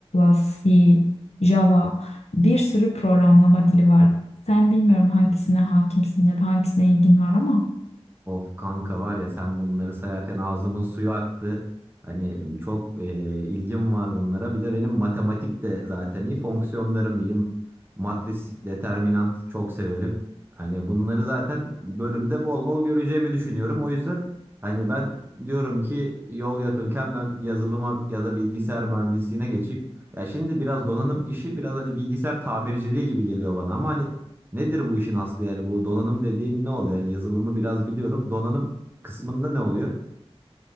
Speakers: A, on the left (about 90°); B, on the right (about 20°).
A: C, Java bir sürü programlama dili var. Sen bilmiyorum hangisine hakimsin ya da hangisine ilgin var ama
B: Of kanka var ya sen bunları sayarken ağzımın suyu aktı. Hani çok e, ilgim var bunlara. Bir de benim matematik de zaten iyi, fonksiyonlarım iyi. Matris, determinant çok severim. Hani bunları zaten bölümde bol bol göreceğimi düşünüyorum. O yüzden hani ben diyorum ki yol yakınken ben yazılıma ya da bilgisayar mühendisliğine geçeyim. Ya şimdi biraz donanım işi biraz hani bilgisayar tamirciliği gibi geliyor bana ama hani Nedir bu işin aslı yani bu donanım dediğin ne oluyor? Yani yazılımı biraz biliyorum. Donanım kısmında ne oluyor?